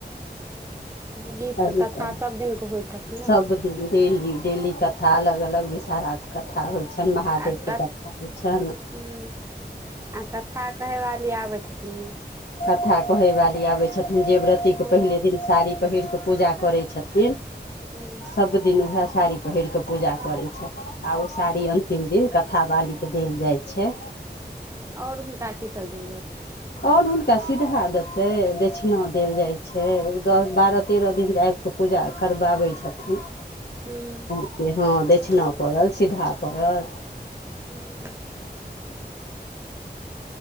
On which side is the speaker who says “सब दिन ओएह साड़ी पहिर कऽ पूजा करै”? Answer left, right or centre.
Left